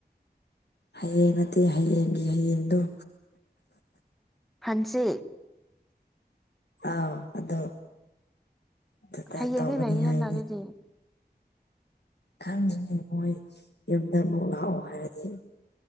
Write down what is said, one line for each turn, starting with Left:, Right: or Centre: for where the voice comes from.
Left: ꯍꯌꯦꯡ ꯅꯠꯇꯦ ꯍꯌꯦꯡꯒꯤ ꯍꯌꯦꯡꯗꯨꯣ
Centre: ꯍꯟꯆꯦ
Left: ꯑꯥꯎ ꯑꯗꯣ ꯑꯗꯨꯗ
Centre: ꯍꯌꯦꯡꯗꯤ
Left: ꯇꯧꯒꯅꯤ
Centre: ꯂꯩꯅꯤꯗꯅ
Left: ꯍꯥꯏꯅꯤ
Centre: ꯑꯗꯨꯗꯤ
Left: ꯈꯪꯉꯦ ꯃꯣꯏ ꯌꯨꯝꯗꯕꯨꯨꯛ ꯂꯥꯛꯑꯣ ꯍꯥꯏꯔꯗꯤ